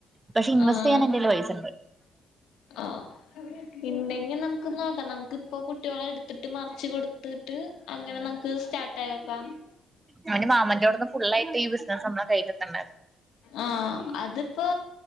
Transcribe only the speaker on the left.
ആഹ്
ആഹ് ഇണ്ടെങ്കി നമുക്ക് നോക്കാം. നമുക്ക് ഇപ്പൊ കുട്ടിയോളെ എടുത്തിട്ട് മറിച്ച് കൊട്ത്തിട്ട് അങ്ങനെ നമുക്ക് സ്റ്റാർട്ടായോക്കാം.
ആഹ് അത്പ്പോ